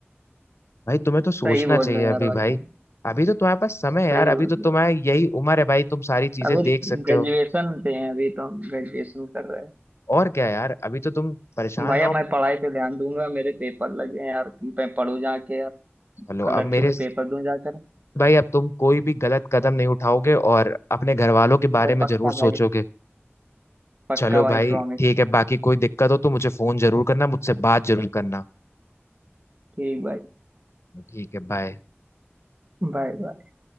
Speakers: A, on the left; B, on the right.
A: भाई तुम्हें तो सोचना
B: सही बोल
A: चाहिए
B: रहे हो
A: अभी
B: यार भाई
A: भाई
B: तुम
A: अभी तो तुम्हारे पास समय
B: सही
A: है यार अभी
B: बोल
A: तो तुम्हारा
B: रहे हो
A: यही उम्र है भाई तुम सारी चीजें
B: अभी
A: देख सकते
B: ग्रेजुएशन
A: हो
B: पे हैं अभी तो ग्रेजुएशन कर रहे हैं
A: और क्या यार अभी तो तुम परेशान
B: भाई
A: ना
B: अब
A: हो
B: मैं पढ़ाई पे ध्यान दूंगा मेरे पेपर लगे हैं यार मैं पढ़ू जाके यार
A: चलो
B: कल
A: अब मेरे
B: अच्छे से पेपर दूं जाकर
A: भाई अब तुम कोई भी गलत कदम नहीं उठाओगे और अपने घर वालों के बारे
B: अरे
A: में
B: पक्का
A: जरूर सोचोगे
B: भाई पक्का
A: चलो
B: भाई
A: भाई
B: प्रॉमिस
A: ठीक है बाकी कोई दिक्कत हो तो मुझे फोन जरूर करना मुझसे बात जरूर करना
B: ठीक भाई
A: ठीक है बाय
B: Bye bye